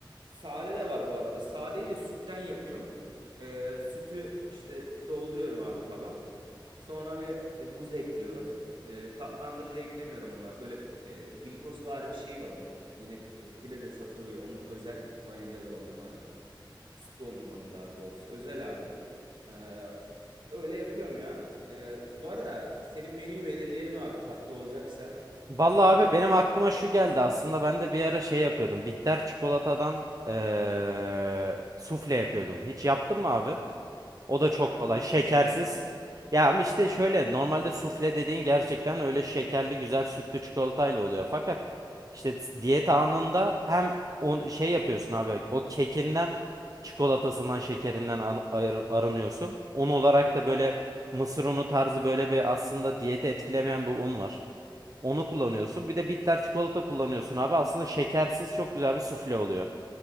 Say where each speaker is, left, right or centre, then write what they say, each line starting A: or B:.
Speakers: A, on the right (about 70°); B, on the right (about 45°).
A: Sade de var bu arada. Sadeyi de sütten yapıyorum. Ee, sütü işte dolduruyorum abi kaba. Sonra bir e, buz ekliyorum. Ee, tatlandırıcı eklemiyorum ona. Böyle e, glikozvari bir şey var onun. Yine e, filede satılıyor. Onun özel vanilyalı dondurmanın. Süt dondurmanın daha doğrusu. Özel abi. Ee, Öyle yapıyorum ya. Ee, bu arada senin menüyü belirleyelim abi tatlı olacaksa.
B: Valla
A: Ee,
B: abi benim aklıma şu geldi. Aslında ben de bir ara şey yapıyordum. Bitter çikolatadan eee sufle yapıyordum. Hiç yaptın mı abi? O da çok
A: ben
B: kolay.
A: bitter
B: Şekersiz.
A: sevmiyorum ya.
B: Ya ama işte şöyle normalde sufle dediğin gerçekten öyle şekerli güzel sütlü çikolatayla oluyor. Fakat işte t- diyet anında hem o şey yapıyorsun abi o kekinden çikolatasından şekerinden an- ayır- aranıyorsun. Un olarak da böyle mısır unu tarzı böyle bir aslında diyeti etkilemeyen bir un var. Onu kullanıyorsun. Bir de bitter çikolata kullanıyorsun abi. Aslında şekersiz çok güzel bir sufle oluyor.